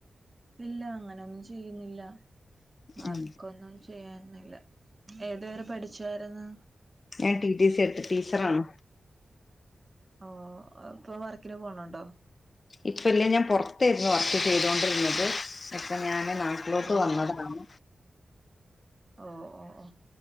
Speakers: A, on the right (about 30°); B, on the left (about 50°).
A: ഇല്ല അങ്ങനൊന്നും ചെയ്യുന്നില്ല വർക്കൊന്നും
B: ഉം
A: ചെയ്യുന്നില്ല ഏതുവെരെ പഠിച്ചായിരുന്നു
B: ഞാൻ ടി ടി സി എടുത്ത്, ടീച്ചർ ആണ്
A: ഓഹ്! ഇപ്പൊ വർക്കിന് പോണണ്ടോ?
B: ഇപ്പ ഇല്ല ഞാൻ പൊറത്തായിരുന്നു വർക്ക് ചെയ്തോണ്ടിരുന്നത് ഇപ്പൊ ഞാന് ങ്ങോട്ട്
A: ഓ
B: വന്നതാണ്
A: ഓ ഓ ഓ